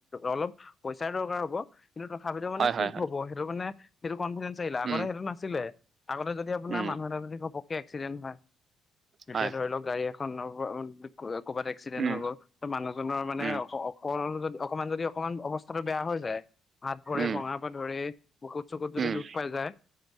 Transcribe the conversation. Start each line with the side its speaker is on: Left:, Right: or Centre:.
Left: অলপ পইচাই দৰকাৰ হ'ব কিন্তু তথাপিতো মানে-
Right: হয় হয়
Left: ঠিক
Right: হয়
Left: হ'ব সেইটো মানে সেইটো কনফিডেন্ঞ্চ আহিলে আগতে
Right: উম
Left: সেইটো নাছিলে আগতে যদি আপোনাৰ
Right: উম
Left: মানুহ এটা যদি ঘপকে ঘপকে এক্সিডেন্ট হয় এতিয়া
Right: হয়
Left: ধৰি লওঁক গাড়ী এখননৰ ক'ৰবাত এক্সিডেণ্ট
Right: উম
Left: হৈ গ'ল ত মানুহজনৰ মানে-
Right: উম,
Left: অঁ যদি অকণমান যদি অকমান অৱস্থাাতটো বেয়া হৈ যায় হাত ভৰে
Right: উম,
Left: ভঙাত। ধৰি বুকুত চুকুত যদি
Right: উম,
Left: দুখ পাই যায়।